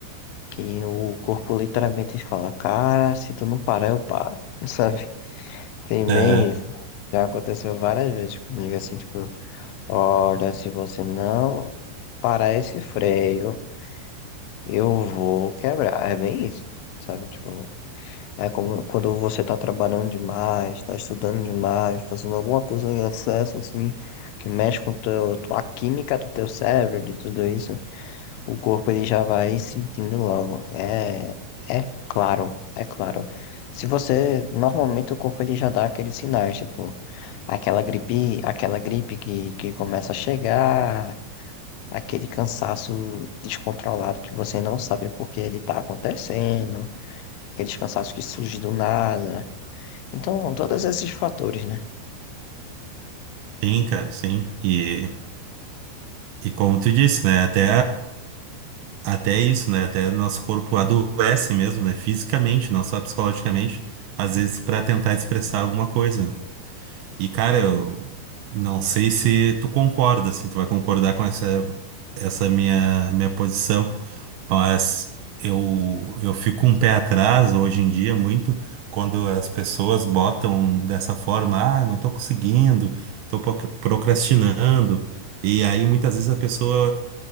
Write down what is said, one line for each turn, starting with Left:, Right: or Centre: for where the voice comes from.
Left: que o corpo literalmente fala, cara, se tu não parar, eu paro, <laughs> sabe? Tem
Right: Aham.
Left: bem isso. Já aconteceu várias vezes comigo, assim, tipo, olha, se você não parar esse freio, eu vou quebrar. É bem isso, sabe? Tipo, é como quando você tá trabalhando demais, tá estudando demais, fazendo alguma coisa em excesso, assim, que mexe com teu, a química do teu cérebro, de tudo isso, o corpo ele já vai sentindo logo. É, é claro, é claro. Se você, normalmente o corpo ele já dá aqueles sinais, tipo, aquela gripe, aquela gripe que, que começa a chegar, aquele cansaço descontrolado que você não sabe por que ele está acontecendo, aquele cansaço que surge do nada. Então, todos esses fatores, né?
Right: Sim, cara, sim. E, e como tu disse, né, até Até isso, né? Até nosso corpo adoece mesmo, né? Fisicamente, não só psicologicamente, às vezes para tentar expressar alguma coisa. E, cara, eu não sei se tu concorda, se tu vai concordar com essa, essa minha, minha posição, mas eu, eu fico com um pé atrás hoje em dia muito quando as pessoas botam dessa forma, ah, não tô conseguindo, tô proc- procrastinando. E aí muitas vezes a pessoa